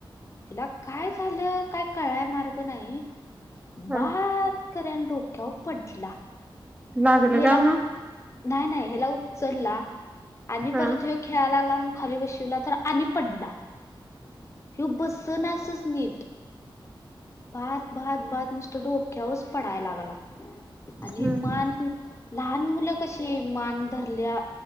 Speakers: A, on the left; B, on the right.
A: हिला काय झालं काय कळाय मार्ग नाही
B: हा
A: बा कर्यान डोक्यावर पडला
B: लागलं
A: मग हेला
B: का
A: उच नाही नाही हेला उचलला आणि
B: हा
A: परत हे खेळायला लागला मग खाली बशिवला तर आणि पडला तो बसनासनसच नीट पाट पाट पाट नुस्ता डोक्यावरच पडाय लागला आणि
B: हम्म
A: मान लहान मुलं कशी मान धरल्या,